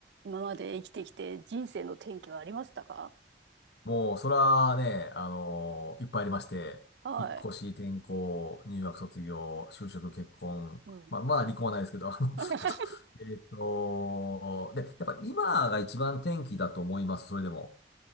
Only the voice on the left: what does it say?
もう、それはね、あのーいっぱいありまして、
引っ越し、転校、入学、卒業、就職、結婚、
まあ、まだ離婚はないですけど、あの、
あと、えーっと、で、やっぱ今が一番転機だと思います、それでも。